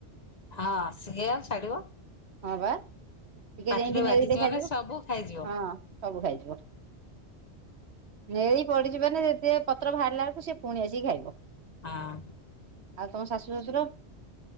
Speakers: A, on the left (about 40°); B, on the right (about 70°).
A: ହଁ ସିଏ ଆଉ ଛାଡିବ।
B: ହଁ ବା ଟିକେ
A: ପାଟିରେ
B: ଯେମତି
A: ବାଜିଛି
B: ନେଳି ଦେଖାଯିବ
A: ମାନେ ସବୁ ଖାଇଯିବ।
B: ହଁ ସବୁ ଖାଇଯିବ। ନେଳି ପଡିଯିବନି ଯେ ପତ୍ର ବାହାରିଲା ବେଳକୁ ସେ ପୁଣି ଆସିକି ଖାଇବ।
A: ହଁ
B: ଆଉ ତମ ଶାଶୁ ଶାଶୁର?